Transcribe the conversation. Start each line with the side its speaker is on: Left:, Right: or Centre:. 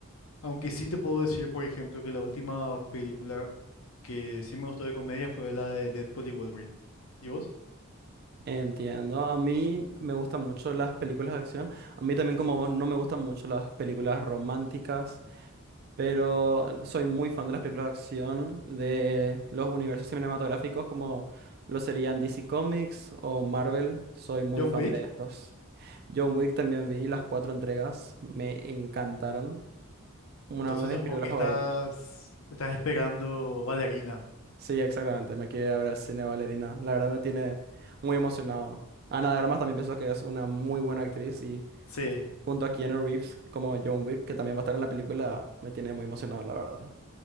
Left: aunque sí te puedo decir, por ejemplo, que la última película que sí me gustó de comedia fue la de Deadpool y Wolverine. ¿Y vos?
Right: Entiendo, a mí me gustan mucho las películas de acción. A mí también como vos no me gustan mucho las películas románticas, pero soy muy fan de las películas de acción, de los universos cinematográficos como lo serían DC Comics o Marvel. Soy muy
Left: John
Right: fan
Left: Wick.
Right: de estos. John Wick también vi las cuatro entregas, me encantaron. Una
Left: Entonces
Right: de mis
Left: supongo
Right: películas
Left: que
Right: favoritas.
Left: estás, estás esperando Valerina.
Right: Sí, exactamente. Me quiero ir a ver al cine Ballerina. La verdad me tiene muy emocionado. Ana de Armas también pienso que es una muy buena actriz y
Left: Sí.
Right: junto a Keanu Reeves como John Wick, que también va a estar en la película, me tiene muy emocionado, la verdad.